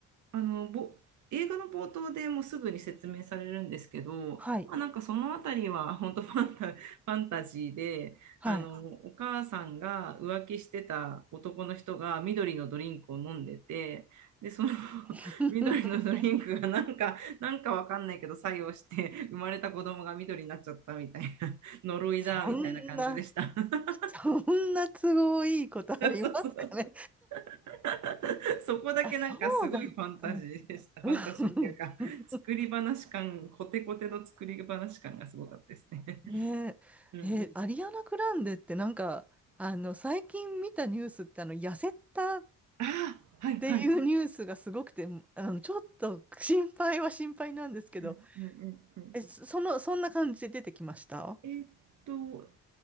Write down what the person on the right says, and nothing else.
あの、ぼ、映画の冒頭でもうすぐに説明されるんですけど、
まあ、なんかそのあたりは <laughs> 本当ファンタ、ファンタジーで、
あの、お母さんが浮気してた男の人が緑のドリンクを飲んでて、で、その <laughs>
緑のドリンクがなんか、なんかわかんないけど作用して生まれた子供が緑になっちゃったみたいな、<laughs> 呪いだみたいな感じでした。
<laughs>
そうそう <laughs> そこだけなんかすごいファンタジーでした。
ファンタジーっていうか、
作り話感、コテコテの作り話感がすごかったですね。
<laughs> うん、
ああ、はいはい。
うんうんうんうん、
えーっと、